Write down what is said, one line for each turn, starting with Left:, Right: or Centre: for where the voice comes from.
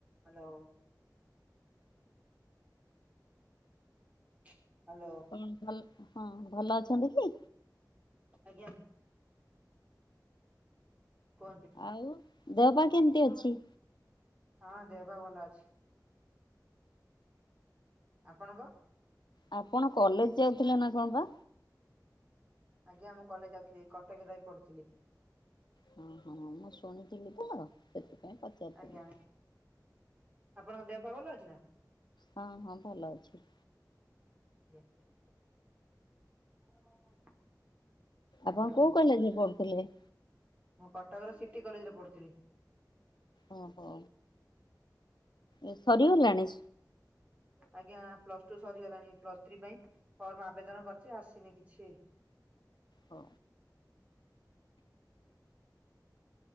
Right: Hello hello
Left: କଣ ଭଲ ହଁ ଭଲ ଅଛନ୍ତି କି
Right: ଆଜ୍ଞା କୁହନ୍ତୁ
Left: ଆଉ ଦେହପା କେମତି ଅଛି
Right: ହଁ ଦେହପା ଭଲ ଅଛି। ଆପଣଙ୍କ
Left: ଆପଣ କଲେଜ ଯାଉଥିଲେ ନା କଣ ପା
Right: ଆଜ୍ଞା ମୁଁ କଲେଜ ଯାଉଥିଲି କଟକରେ ରହି ପଢୁଥିଲି
Left: ହଁ ହଁ ମୁଁ ଶୁଣିଥିଲି ତ ସେଥିପାଇଁ ପଚାରିଥିଲି
Right: ଆଜ୍ଞା ଆପଣଙ୍କ ଦେହ ପା ଭଲ ଅଛି ନା
Left: ହଁ ହଁ ଭଲ ଅଛି
Right: <inaudible> ଆଉ
Left: ଆପଣ କୋଉ କଲେଜରେ ପଢୁଥିଲେ।
Right: ମୁଁ କଟକ ର ସିଟି କଲେଜରେ ପଢିଥିଲି
Left: ଓହୋ ଏ ସରିଗଲାଣି
Right: ଆଜ୍ଞା ପ୍ଲସ ଟୁ ସରିଗଲାଣି ପ୍ଲସ ଥ୍ରୀ ପାଇଁ ଫର୍ମ ଆବେଦନ କରିଛି ଆସିନି କିଛିଇ
Left: ହଁ